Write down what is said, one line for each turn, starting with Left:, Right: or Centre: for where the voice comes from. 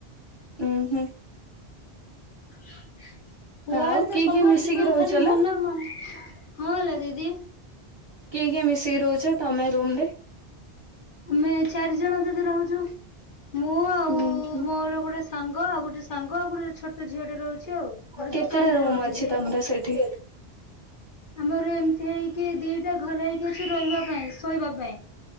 Right: ଉୁଁ ହୁଁ।
Left: <inaudible> କୁଆଡେ
Right: ଆଉ
Left: ତ
Right: କିଏ
Left: ସବୁଆଡେ
Right: କିଏ ମିଶିକି
Left: ଯିବା ଆଉ
Right: ରହୁଛ
Left: ଖାଲି ମନ
Right: ଲୋ?
Left: ମନ ହଁ ହେଲା ଦିଦି।
Right: କିଏ କିଏ ମିଶିକି ରହୁଛ ତମେ ରୁମ ରେ?
Left: ଆମେ ଚାରି ଜଣ ଦିଦି ରହୁଛୁ। ମୁଁ ଆଉ
Right: ହୁଁ
Left: ମୋର ଗୋଟେ ସାଙ୍ଗ ଆଉ ଗୋଟେ ସାଙ୍ଗ ଆଉ ଗୋଟେ ଛୋଟ ଝିଅଟେ ରହୁଛି ଆଉ ଗୋଟେ
Right: କେତେଟା
Left: ଦୋକାନ ରେ
Right: ରୁମ
Left: ରହୁଛି
Right: ଅଛି
Left: ସିଏ।
Right: ତମର
Left: <inaudible>
Right: ସେଠି
Left: ଆମର ଏମିତି ହେଇକି ଦିଟା ଘରେ ହେଇକି ଅଛି ରହିବା ପାଇଁ <inaudible> ଶୋଇବା ପାଇଁ